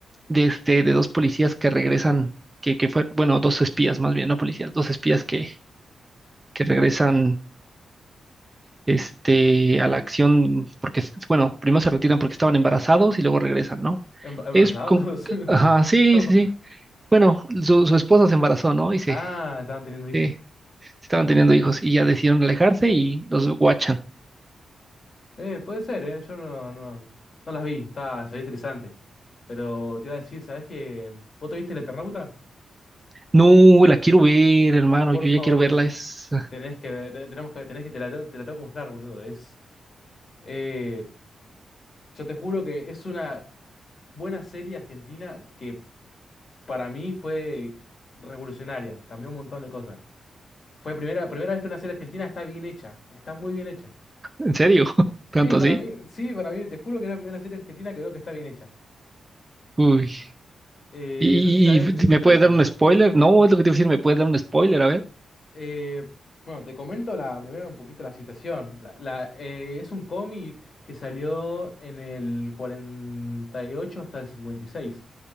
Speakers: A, on the right (about 15°); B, on the left (about 40°).
A: de este, de dos policías que regresan, que, que fue, bueno, dos espías más bien, no policías, dos espías que, que regresan este, a la acción, porque, es- bueno, primero se retiran porque estaban embarazados y luego regresan, ¿no?
B: ¿Embra- ¿Embarazados?
A: Es con,
B: <laughs>
A: ajá, sí,
B: No.
A: sí, sí. Bueno, su, su esposa se embarazó, ¿no? Y se,
B: Ah, estaban teniendo hijos.
A: se- estaban teniendo hijos y ya decidieron alejarse y los guachan.
B: Eh, puede ser, ¿eh? Yo no, no, no las vi. Está, se ve interesante. Pero te iba a decir, ¿sabes qué? ¿Vos te viste el Eternauta?
A: No, la quiero ver, hermano,
B: Por
A: yo
B: favor,
A: ya quiero verla,
B: te-
A: es,
B: tenés que ver, te- tenemos que, tenés que, te la, tengo- te la tengo que mostrar, boludo. Es, eh, yo te juro que es una buena serie argentina que para mí fue revolucionaria, cambió un montón de cosas. Fue primera, primera vez que una serie argentina está bien hecha, está muy bien hecha.
A: en serio, <laughs> tanto
B: Sí, para
A: así.
B: mí, sí, para mí, te juro que es la primera serie argentina que veo que está bien hecha.
A: Uy,
B: Eh,
A: y,
B: no sé si sabes
A: y-
B: de
A: y-
B: qué
A: ¿me
B: trata.
A: puedes dar un spoiler? No, es lo que te iba a decir, ¿me puedes dar un spoiler? A ver,
B: Eh, bueno, te comento la, primero un poquito la situación. La- la, eh, es un cómic que salió en el 48 hasta el 56,